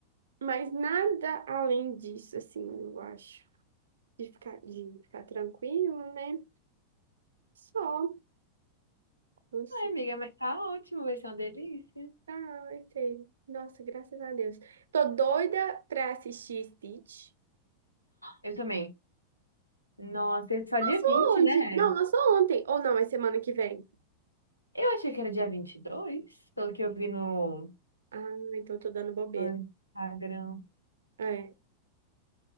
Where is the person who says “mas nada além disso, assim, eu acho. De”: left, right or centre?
Right